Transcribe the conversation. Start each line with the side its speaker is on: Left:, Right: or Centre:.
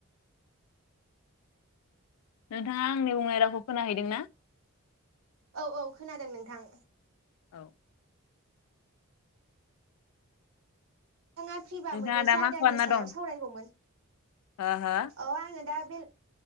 Left: नोंथाङा आंनि बुंनाय रावखौ खोनाहैदों ना
Right: औ औ खोनादों नों थां
Left: औ
Right: नोंथाङा फ्रिबा
Left: नोंथाङा
Right: मोननैसो
Left: दा
Right: आयदानि
Left: मा खालामना
Right: सायाव
Left: दं
Right: सावरायगौमोन
Left: हो हो
Right: औ आङो दा बेल